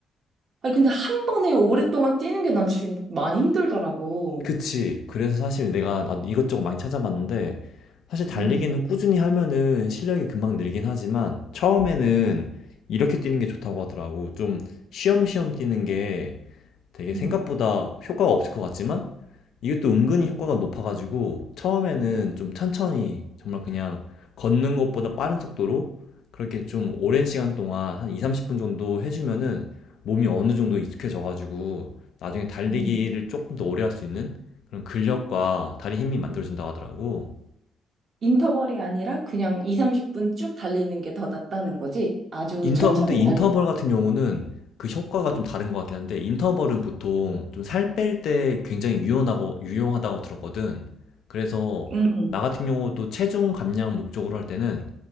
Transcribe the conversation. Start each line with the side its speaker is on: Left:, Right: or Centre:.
Right: 아니, 근데 한 번에 오랫동안 뛰는 게 난 지금 많이 힘들더라고.
Left: 그치. 그래서 사실 내가 나도 이것저것 많이 찾아봤는데, 사실 달리기는
Right: 음,
Left: 꾸준히 하면은 실력이 금방 늘긴 하지만, 처음에는 이렇게 뛰는 게 좋다고 하더라고. 좀 쉬엄쉬엄 뛰는 게 되게
Right: 음,
Left: 생각보다 효과가 없을 것 같지만 이것도 은근히 효과가 높아가지고 처음에는 좀 천천히 정말 그냥 걷는 것보다 빠른 속도로 그렇게 좀 오랜 시간 동안 한 2, 30분 정도 해주면은 몸이 어느 정도 익숙해져가지고 나중에 달리기를
Right: 음.
Left: 조금 더 오래 할 수 있는 그런 근력과 다리 힘이 만들어진다고 하더라고.
Right: 인터벌이 아니라 그냥 2, 30분 쭉 달리는 게 더 낫다는 거지. 아주
Left: 인터,
Right: 천천히
Left: 근데 인터벌
Right: 달리고.
Left: 같은 경우는 그 효과가
Right: 음,
Left: 좀 다른 것 같긴 한데, 인터벌은 보통 좀 살 뺄 때 굉장히 유용하고, 유용하다고 들었거든. 그래서
Right: 음,
Left: 나 같은 경우도 체중 감량 목적으로 할 때는